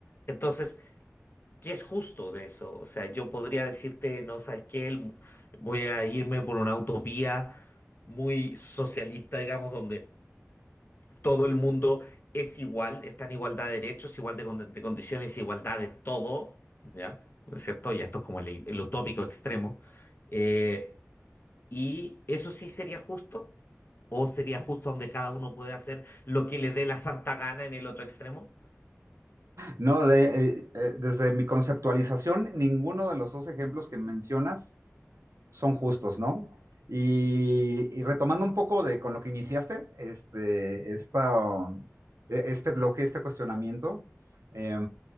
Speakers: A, on the left; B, on the right.
A: entonces ¿Qué es justo de eso? O sea, yo podría decirte, no sabes qué, El- voy a irme por una utopía muy socialista, digamos, donde todo el mundo es igual, está en igualdad de derechos, igual de, con- de condiciones, igualdad de todo, ¿ya? ¿No es cierto? Ya esto es como el, el utópico extremo. Eh, ¿y eso sí sería justo? ¿O sería justo donde cada uno puede hacer lo que le dé la santa gana en el otro extremo?
B: No, de- eh, eh, desde mi conceptualización, ninguno de los dos ejemplos que mencionas son justos, ¿no? Y, y retomando un poco de con lo que iniciaste, este, esta, e-, este bloque, este cuestionamiento, eh,